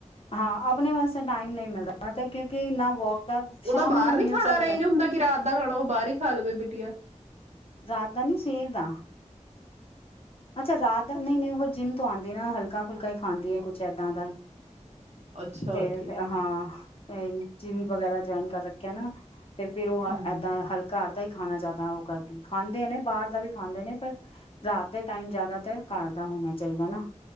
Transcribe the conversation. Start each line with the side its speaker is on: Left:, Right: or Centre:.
Left: ਹਾਂ ਆਪਣੇ ਵਾਸਤੇ ਟਾਈਮ ਨਹੀਂ ਮਿਲਦਾ ਮ ਤਾਂ ਕਿਉਂਕਿ ਨਾ ਵੋਕ। ਦਾ
Right: ਉਹਦਾ
Left: ਸ਼ਾਮ
Right: ਬਾਹਰ
Left: ਨੂੰ
Right: ਨੀ
Left: ਮਿਲ
Right: ਖਾਣਾ
Left: ਸਕਦਾ
Right: ਐਰੇਜ ਹੁੰਦਾ ਕੀ ਰਾਤ ਦਾ ਖਾਣਾ ਉਹ ਬਾਹਰ ਹੀ ਖਾ ਲਵੇ ਬਿਟਿਆ।
Left: ਰਾਤ ਦਾ ਨੀ, ਸਵੇਰ ਦਾ ਅੱਛਾ ਰਾਤ ਦਾ ਨਹੀਂ -ਨਹੀਂ ਫਿਰ ਜਿੰਮ ਤੋਂ ਆਉਂਦੀ ਨਾ। ਹਲਕਾ ਫੁਲਕਾ ਹੀ ਖਾਂਦੀ ਹੈ। ਕੁਛ ਇਏਦਾਂ ਦਾ ਹੀ
Right: ਅੱਛਾ
Left: ਤੇ
Right: ਠੀਕ ਐ।
Left: ਹਾਂ। ਜਿੰਮ ਵਗੈਰਾ ਜੁਆਇਨ ਕਰ ਰੱਖਿਆ ਨਾ। ਤੇ ਫੇਰ ਉਹ ਇਏਦਾਂ
Right: ਹੂੰ,
Left: ਹਲਕਾ। ਦਾ ਹੀ ਖਾਣਾ ਜ਼ਿਆਦਾ ਉਹ ਕਰਦੀ ਖਾਂਦੇ ਨੇ ਬਾਹਰ ਦਾ ਵੀ ਖਾਂਦੇ ਨੇ ਪਰ ਰਾਤ ਦੇ ਟਾਈਮ ਜਿਆਦਾਤਰ ਘਰ ਦਾ ਹੋਣਾ ਚਾਹੀਦਾ ਨਾ।